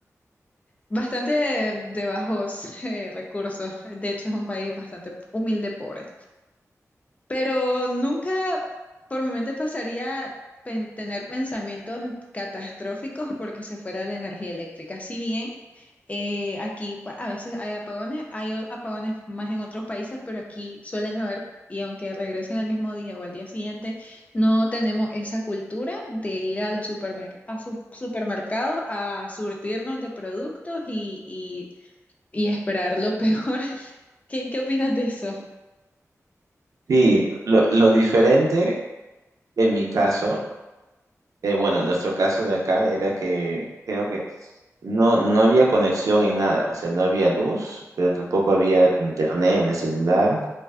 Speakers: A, on the left; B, on the right.
A: Bastante de bajos <laughs> eh, recursos. De hecho, es un país bastante humilde, pobre. Pero nunca por mi mente pasaría pen- tener pensamientos catastróficos porque se fuera la energía eléctrica. Si bien eh, aquí pa- a veces hay apagones, hay o- apagones más en otros países, pero aquí suelen haber, y aunque regresen al mismo día o al día siguiente, no tenemos esa cultura de ir a los supermer- a su- supermercados a surtirnos de productos y, y esperar lo peor. <laughs> ¿Qué, qué opinas de eso?
B: sí, lo, lo diferente en mi caso. eh, bueno, en nuestro caso de acá era que creo que no, no había conexión en nada, o sea, no había luz, pero tampoco había internet en el celular